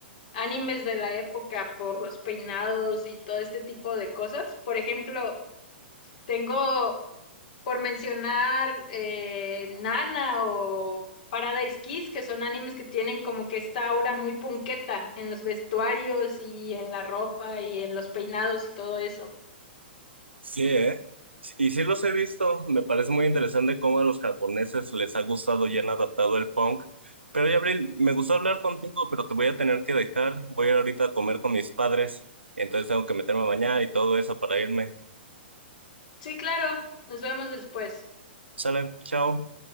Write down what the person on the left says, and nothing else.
animes de la época por los peinados y todo este tipo de cosas. Por ejemplo, tengo por mencionar eh, Nana o Paradise Kiss, que son animes que tienen como que esta aura muy punqueta en los vestuarios y en la ropa y en los peinados y todo eso.
Sí, claro, nos vemos después.